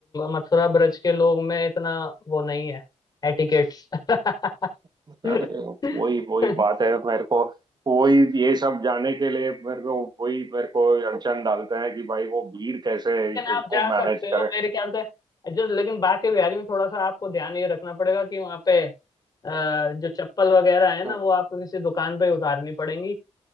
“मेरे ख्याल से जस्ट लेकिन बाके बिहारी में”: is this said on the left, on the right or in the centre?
Left